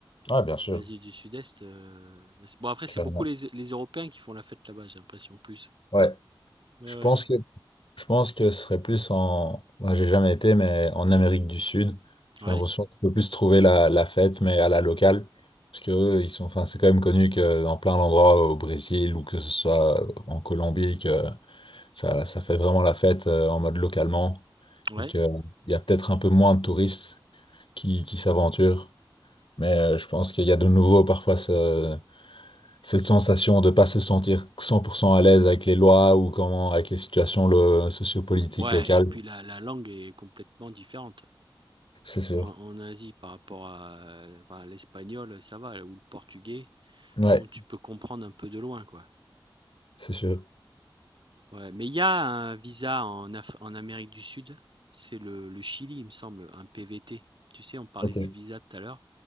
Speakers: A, on the left; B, on the right.
A: Ah, bien sûr,
B: l'Asie du Sud-Est. euh, c'est- Bon, après, c'est
A: clairement.
B: beaucoup les, les Européens qui font la fête là-bas, j'ai l'impression, plus.
A: Ouais.
B: Ouais,
A: Je
B: ouais.
A: pense que Je pense que ce serait plus en. Moi, j'ai jamais été, mais en Amérique du Sud. J'ai
B: Ouais,
A: l'impression qu'on peut plus trouver la, la fête, mais à la locale. Parce que eux, ils sont. Enfin, c'est quand même connu que dans plein d'endroits au Brésil ou que ce soit en Colombie, que ça, ça fait vraiment la fête euh, en mode localement.
B: ouais.
A: Et qu'il y a peut-être un peu moins de touristes qui, qui s'aventurent. Mais euh, je pense qu'il y a de nouveau parfois ce- cette sensation de ne pas se sentir 100% à l'aise avec les lois ou comment, avec les situations le- sociopolitiques
B: Ouais,
A: locales.
B: et puis la, la langue est complètement différente.
A: C'est sûr.
B: En en Asie, par rapport à enfin, l'espagnol, ça va, ou le portugais,
A: Ouais,
B: bon, tu peux comprendre un peu de loin, quoi.
A: c'est sûr.
B: Ouais, mais il y a un visa en Af- en Amérique du Sud, c'est le le Chili, il me semble, un PVT. Tu sais, on parlait
A: Ok.
B: des visas tout à l'heure,